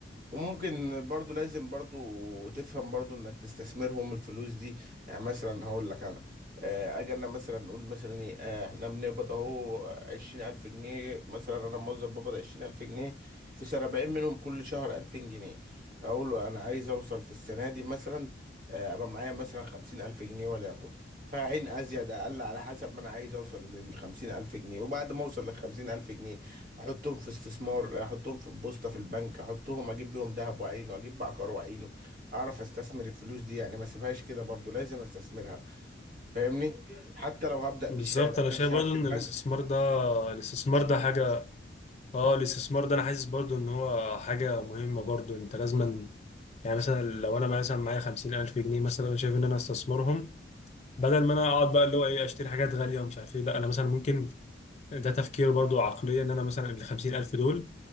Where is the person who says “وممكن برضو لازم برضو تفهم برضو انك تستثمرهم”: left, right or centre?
Right